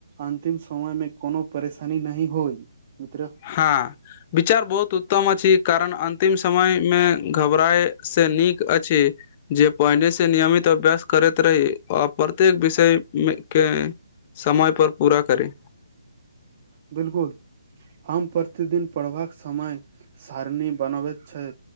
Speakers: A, on the right; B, on the left.
A: अन्तिम समय मे कोनो परेशानी नहि होइ मित्र
B: हँ विचार बहुत उत्तम अछि कारण अन्तिम समय मे घबराए से नीक अछि जे पहिने से नियमित अभ्यास करैत रही आ प्रत्येक विषय मे के समय पर पूरा करे
A: बिल्कुल हम प्रतिदिन पढ़बाक समय सारणी बनाबैत छै